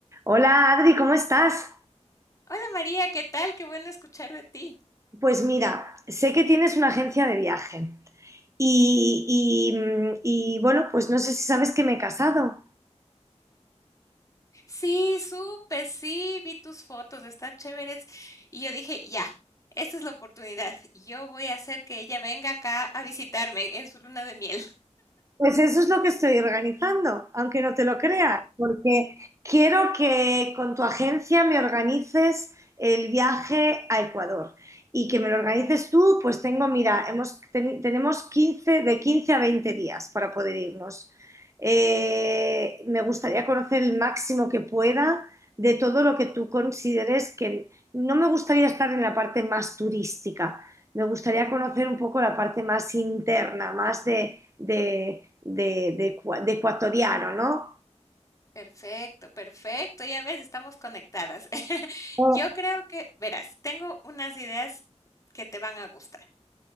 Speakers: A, on the right (about 25°); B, on the left (about 25°).
A: Hola Adri, ¿cómo estás?
B: Hola María, ¿qué tal? Qué bueno escuchar de ti.
A: Pues mira, sé que tienes una agencia de viaje y, y, mm, y, bueno, pues no sé si sabes que me he casado.
B: Sí, supe, sí, vi tus fotos, están chéveres. Y yo dije, ya, esta es la oportunidad. Yo voy a hacer que ella venga acá a visitarme en su luna de miel.
A: Pues eso es lo que estoy organizando, aunque no te lo creas, porque quiero que con tu agencia me organices el viaje a Ecuador y que me lo organices tú, pues tengo, mira, hemos, ten- tenemos quince de 15 a 20 días para poder irnos. Eh, me gustaría conocer el máximo que pueda de todo lo que tú consideres que no me gustaría estar en la parte más turística, me gustaría conocer un poco la parte más interna, más de de, de, de de ecuatoriano, ¿no?
B: Perfecto, perfecto, ya ves, estamos conectadas. <laughs>
A: Oh,
B: Yo creo que, verás, tengo unas ideas que te van a gustar.